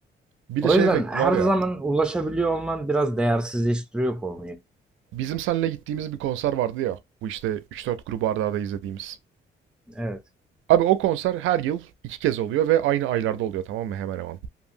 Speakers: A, on the right; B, in the centre.
A: Bir
B: O
A: de şey
B: yüzden
A: efekti
B: her
A: var ya.
B: zaman ulaşabiliyor olman biraz değersizleştiriyor konuyu.
A: Bizim seninle gittiğimiz bir konser vardı ya. Bu işte üç dört grubu arda arda izlediğimiz.
B: Evet.
A: Abi o konser her yıl iki kez oluyor ve aynı aylarda oluyor tamam mı hemen hemen.